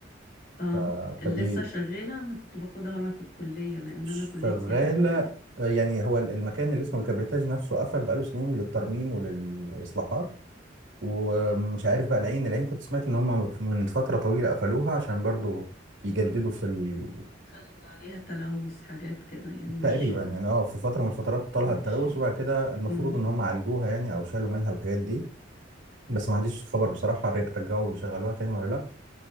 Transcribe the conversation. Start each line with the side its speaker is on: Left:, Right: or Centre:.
Left: اه
Right: ف-
Left: لسه
Right: فدي
Left: شغالة انا كنت باخدها وانا في الكلية لان
Right: شغالة
Left: انا كلية سياحة وفنادق
Right: آه، يعني هو المكان اللي اسمه الكبريتاج نفسه قفل بقاله سنين للترميم وللإصلاحات ومش عارف بقى العين العين كنت سمعت إن هم من فترة طويلة قفلوها عشان برضو يجددوا في ال...
Left: الله ليها عليك تلوث حاجات كده يعني مش
Right: تقريبا يعني اه في فترة من الفترات طالها
Left: مش
Right: التلوث وبعد كده المفروض
Left: مم.
Right: إن هم عالجوها يعني أو شالوا منها الحاجات دي بس ما عنديش خبر بصراحة ر- رجعوا يشغلوها تاني ولا لأ